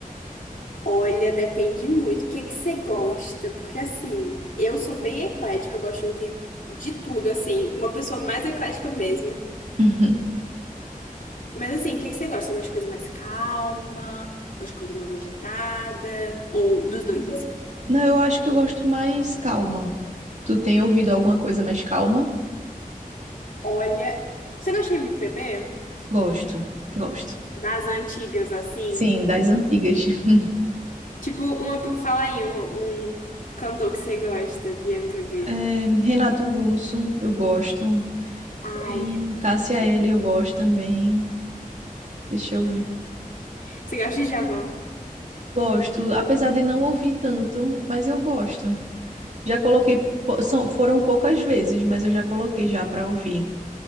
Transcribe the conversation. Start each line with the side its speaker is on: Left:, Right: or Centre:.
Left: Olha, depende muito. O que é que você gosta? Porque assim, eu sou bem eclética, eu gosto de ouvir de tudo, assim, uma pessoa mais eclética mesmo.
Right: Uhum.
Left: Mas assim, o que é que você gosta? Você gosta de coisa mais calma? Gosta de coisa mais agitada? Ou dos dois, assim?
Right: Não, eu acho que eu gosto mais calma. Tu tem
Left: Hum,
Right: ouvido alguma coisa mais calma?
Left: Olha, você gosta de MPB?
Right: Gosto, gosto.
Left: Das antigas, assim?
Right: Sim, das antigas. <laughs>
Left: Tipo, uma... fala aí um, um cantor que você gosta de MPB.
Right: É, Renato Russo, eu gosto.
Left: Ai,
Right: É,
Left: Renato.
Right: Cássia
Left: Russo.
Right: Eller,
Left: é bom.
Right: eu gosto também. Deixa eu ver.
Left: Você gosta de Djavan?
Right: Gosto, apesar de não ouvir tanto, mas eu gosto. Já coloquei, po- são, foram poucas vezes, mas eu já coloquei já para ouvir.